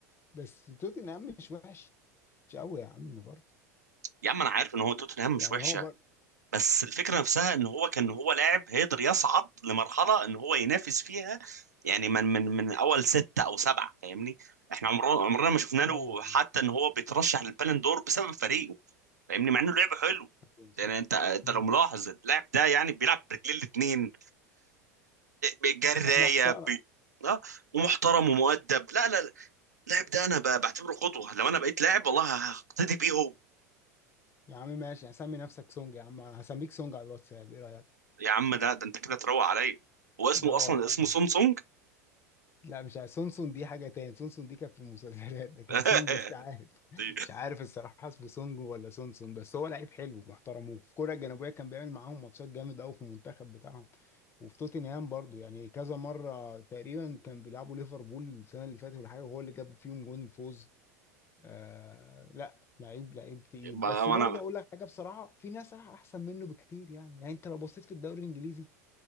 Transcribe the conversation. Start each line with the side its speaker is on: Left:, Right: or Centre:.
Left: بس توتنهام مش وحش قوي يا عم برضه
Right: يا عم انا عارف ان هو توتنهام مش
Left: يعني
Right: وحش
Left: هو برضه
Right: بس الفكرة نفسها ان هو كان هو لاعب هيقدر يصعد لمرحلة ان هو ينافس فيها يعني من من من اول ستة او سبعة فاهمني احنا عمرنا عمرنا ما شفنا له
Left: ايوه
Right: حتى ان هو بيترشح للبالون دور بسبب فريقه فاهمني مع انه لعب حلو
Left: أيوة.
Right: يعني انت انت
Left: امم
Right: لو ملاحظ اللاعب ده يعني بيلعب برجلين الاتنين جراية
Left: هو محترم
Right: بي... اه ومحترم ومؤدب لا لا لا اللاعب ده انا ب- بعتبره قدوة لو انا بقيت لاعب والله هقتدي بيه هو
Left: يا عم ماشي هسمي نفسك سونج يا عم هسميك سونج على الواتساب ايه رايك
Right: يا عم لا ده انت كده تروق عليا هو اسمه
Left: اه
Right: اصلا
Left: والله
Right: اسمه سونسونج
Left: لا مش عارف سونسون دي حاجة تاني سونسون دي كانت في المسلسلات لكن
Right: <laughs>
Left: سونج مش عارف
Right: دي
Left: مش عارف الصراحة اسمه سونج ولا سونسون بس هو لعيب حلو محترموه في كوريا الجنوبية كان بيعمل معاهم ماتشات جامد قوي في المنتخب بتاعهم وفي توتنهام برضو يعني كذا مرة تقريبا كان بيلعبوا ليفربول السنة اللي فاتت ولا حاجة وهو اللي جاب فيهم جون الفوز آه لا لعيب لعيب تقيل
Right: ما
Left: بس برضه
Right: انا
Left: اقول لك حاجة بصراحة في ناس احسن منه بكتير يعني يعني انت لو بصيت في الدوري الانجليزي